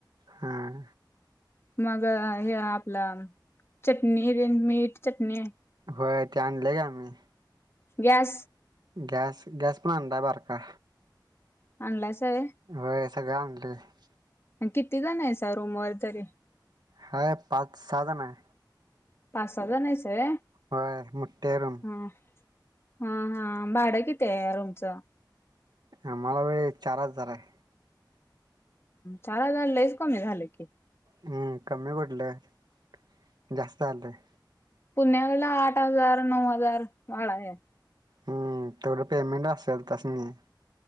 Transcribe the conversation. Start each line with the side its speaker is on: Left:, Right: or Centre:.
Right: हम्
Left: मग हे आपलं चटणी तेन मीठ, चटणी
Right: होय ते आणले ग आम्ही
Left: गॅस
Right: गॅस, गॅस पण आणलाय बारका
Left: आणलायस होय
Right: होय सगळ्या आमत्यात
Left: आणि किती जण हायसा रूमवर तरी?
Right: हाय पाच सहाजनाय
Left: पाच सहाजण हायसा होय
Right: होय मोठ्ठीय रूम
Left: हम्म हम्म हम्म भाड कितीय रुमचं?
Right: आम्हाला व्हय चार हजार हाय.
Left: चार हजार लैच कमी झालं की.
Right: हम्म कमी कुठलं जास्त आल्यात
Left: पुण्याला आठ हजार, नऊ हजार भाडाय.
Right: हम्म तेवढं पेमेंट असल त्यासनी